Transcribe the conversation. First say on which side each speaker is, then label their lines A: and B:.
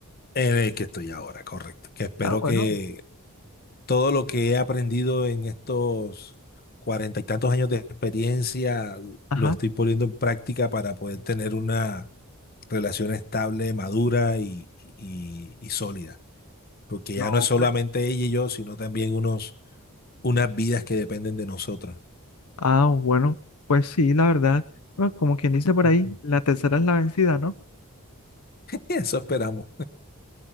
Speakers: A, on the left; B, on the left.
A: en el que estoy ahora, correcto. Que espero
B: Ah, bueno.
A: que todo lo que he aprendido en estos cuarenta y tantos años de experiencia
B: Ajá.
A: lo estoy poniendo en práctica para poder tener una relación estable, madura y, y- y sólida. Porque
B: No,
A: ya no es solamente
B: pues.
A: ella y yo, sino también unos, unas vidas que dependen de nosotros.
B: Ah, bueno. Pues sí, la verdad. Bueno, como quien dice por
A: <laughs>
B: ahí, la tercera es la vencida, ¿no?
A: Eso esperamos.